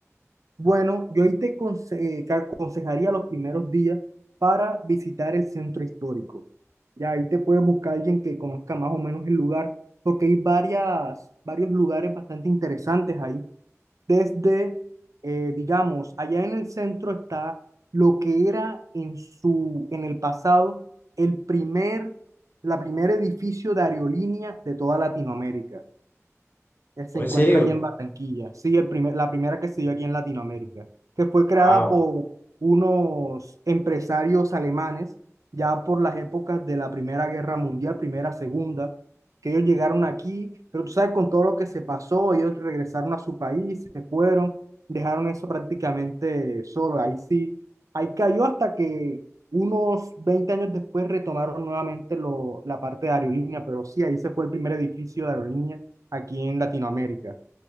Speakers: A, on the right; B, on the left.
A: Bueno, yo ahí te conse- eh, que aconsejaría los primeros días para visitar el centro histórico. Ya ahí te puedes buscar alguien que conozca más o menos el lugar, porque hay varias, varios lugares bastante interesantes ahí. Desde, eh, digamos, allá en el centro está lo que era en su, en el pasado, el primer, la primer edificio de aerolínea de toda Latinoamérica. Él se
B: ¿O
A: encuentra
B: en serio?
A: allí en Barranquilla. Sí, el primer, la primera que se dio aquí en Latinoamérica, que fue creada
B: Wow.
A: por unos empresarios alemanes, ya por las épocas de la Primera Guerra Mundial, Primera, Segunda, que ellos llegaron aquí, pero tú sabes, con todo lo que se pasó, ellos regresaron a su país, se fueron, dejaron eso prácticamente solo. Ahí sí, ahí cayó hasta que unos 20 años después retomaron nuevamente lo, la parte de aerolínea, pero sí, ahí se fue el primer edificio de aerolínea aquí en Latinoamérica.